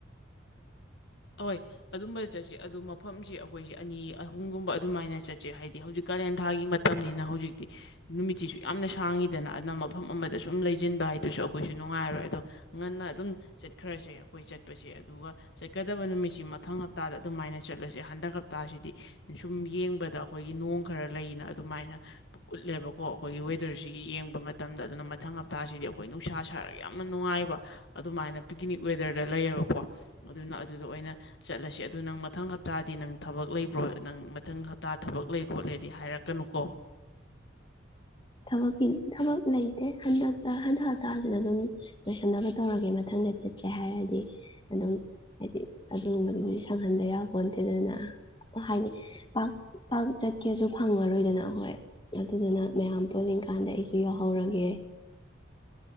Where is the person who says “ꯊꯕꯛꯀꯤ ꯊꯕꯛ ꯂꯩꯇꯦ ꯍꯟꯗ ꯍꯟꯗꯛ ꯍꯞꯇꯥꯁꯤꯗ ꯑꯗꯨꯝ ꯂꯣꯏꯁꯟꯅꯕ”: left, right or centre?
Left